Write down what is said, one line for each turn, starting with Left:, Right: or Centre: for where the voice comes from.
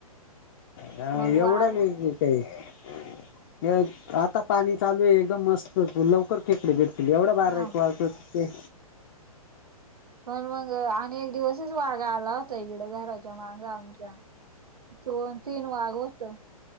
Left: ह
Right: मग
Left: एवढं
Right: वाघ
Left: बिझी. ते आता पाणी चालू आहे एकदम मस्त लवकर खेकडे भेटतील, एवढं बारा
Right: हा
Left: एक वाजवत होते.
Right: पण मग आणि एक दिवसच वाघा आला होता इकडं घराच्या मागा आमच्या दोन तीन वाघ होतं.